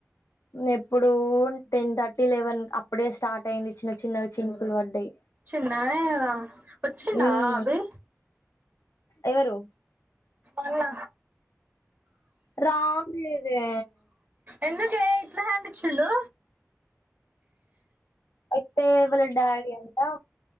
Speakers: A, on the left (about 70°); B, on the right (about 35°).
A: ఎప్పుడు టెన్ థర్టీ లెవెన్ అప్పుడే స్టార్ట్ అయింది చిన్న చిన్నగచి చినుకులు పడ్డాయ్
B: చిన్న గనే కదా వచ్చిండా
A: ఉమ్
B: అబి
A: ఎవరు
B: అన్న
A: రావట్లెదె
B: ఎందుకే ఇట్లా హ్యాండ్ ఇచ్చిండు
A: అయితెవాళ్ల డాడి అంట